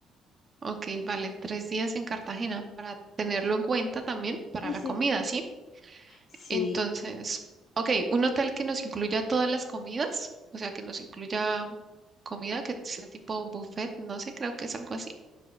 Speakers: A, on the right (about 25°); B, on the left (about 45°).
A: Ok, vale, tres días en Cartagena para tenerlo en cuenta también para
B: Y
A: la
B: sí,
A: comida, ¿sí?
B: sí,
A: Entonces, ok, un hotel que nos incluya todas las comidas, o sea, que nos incluya comida que sea tipo buffet, no sé, creo que es algo así.